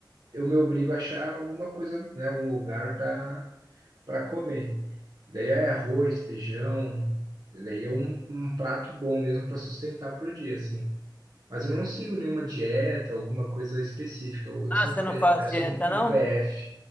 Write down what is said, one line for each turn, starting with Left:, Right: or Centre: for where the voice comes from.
Right: eu me obrigo a achar alguma coisa, né, algum lugar para para comer. Daí é arroz, feijão, daí é um, um prato bom mesmo para sustentar pro dia, assim. Mas eu não sigo nenhuma dieta, alguma coisa específica. Eu, eu
Left: Ah,
Right: sempre
Left: você não
Right: pe-
Left: faz
Right: peço
Left: dieta,
Right: um, um
Left: não?
Right: PF.